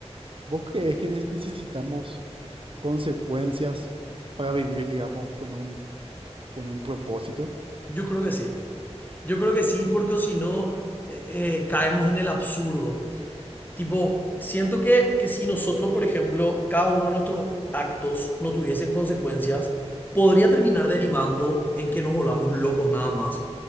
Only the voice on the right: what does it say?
vos crees que ne- necesitamos... consecuencias para vivir, digamos, con un, con un propósito.